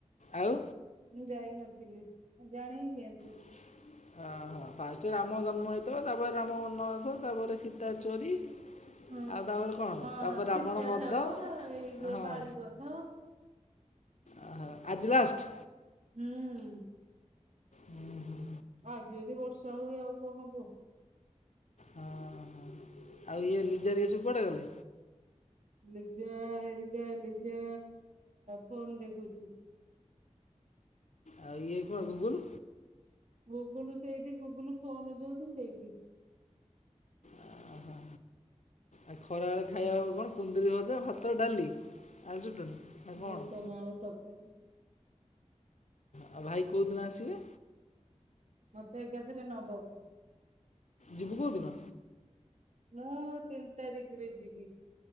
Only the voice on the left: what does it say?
ଆଉ।
<unintelligible> ଓ ହୋ ଫାଷ୍ଟରେ ରାମ ଜନ୍ମ ହେଇଥିବ ତାପରେ ରାମ ବନମାସ ତାପରେ ସୀତା ଚୋରି।
ଆଉ ତାପରେ କଣ
ତାପରେ ରାବଣ
ବଧ
ହଁ।
ଅ ହ ଆଜି ଲାଷ୍ଟ?
ହୁଁ, ହୁଁଁ।
ହଁ, ହଁ ଆଉ ଇଏ ଲିଜା ଘରିକା ସବୁ କୁଆଡ଼େ ଗଲେ?
ଆଉ ଇଏ କଣ ଗୁଗୁଲ୍?
ଓ ହୋ ହ। ଆଜି ଖରାବେଳେ ଖାଇବା କଣ କୁନ୍ଦରି ଭଜା ଭାତ ଡାଲି ଆଳୁ ଚଟଣି। ନା କ'ଣ
ଅହଁ,
ଆଉ ଭାଇ କୋଉଦିନ ଆସିବେ।
ଯିବୁ କୋଉ ଦିନ।